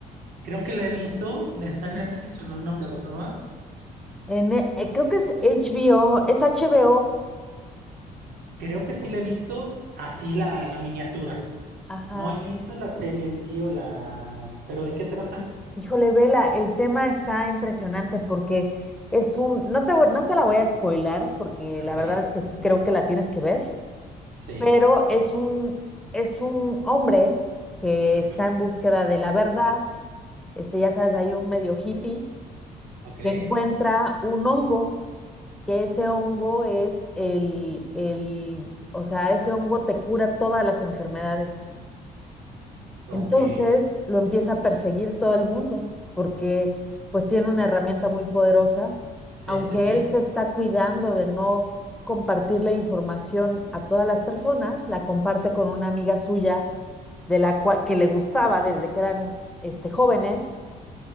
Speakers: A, on the right; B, in the centre.
A: Creo que la he visto. Está
B: Ujú.
A: en Netflix o en alguna plataforma.
B: En, e- eh, creo que es HBO, es HBO.
A: Creo que sí la he visto así la, la miniatura.
B: Ajá.
A: No he visto la serie en sí o la... ¿Pero de qué trata?
B: Híjole, vela, el tema está impresionante porque es un, no te, voy- no te la voy a spoilar porque la
A: Ok,
B: verdad es que sí creo que la tienes que ver,
A: sí.
B: pero es un, es un hombre que
A: ujú,
B: está en búsqueda de la verdad. Este, ya sabes, hay un medio hippie
A: Ok,
B: que encuentra un hongo que ese hongo es el, el, o sea, ese hongo te cura todas las enfermedades.
A: ok.
B: Entonces lo empieza a perseguir todo el mundo, porque pues tiene una herramienta muy poderosa,
A: Sí,
B: aunque
A: sí, sí.
B: él se está cuidando de no compartir la información a todas las personas, la comparte con una amiga suya de la cua- que le gustaba desde que eran este, jóvenes,